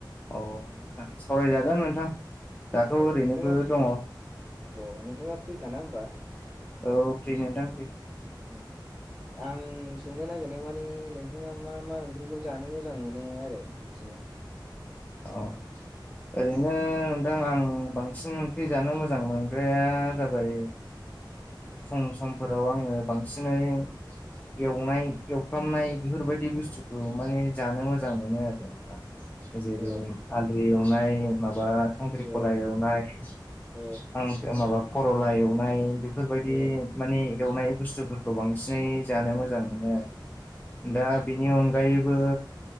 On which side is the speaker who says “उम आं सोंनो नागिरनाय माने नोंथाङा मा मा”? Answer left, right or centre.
Right